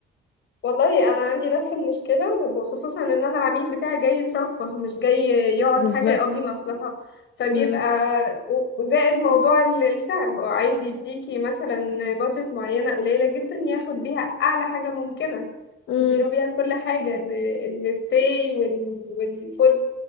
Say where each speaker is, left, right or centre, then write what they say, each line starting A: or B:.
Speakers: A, on the left; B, on the left.
A: والله انا عندي نفس المشكله وخصوصا ان انا العميل بتاعي جاي يترفه مش جاي يقعد
B: بالظبط
A: حاجه يقضي مصلحه فبيبقى
B: امم
A: و- وزائد موضوع ال- السعر هو عايز يديكي مثلا بادجت معينه قليله جدا ياخد بيها اعلى حاجه ممكنه
B: امم
A: تديله بيها كل حاجه ال- الستاي وال والفول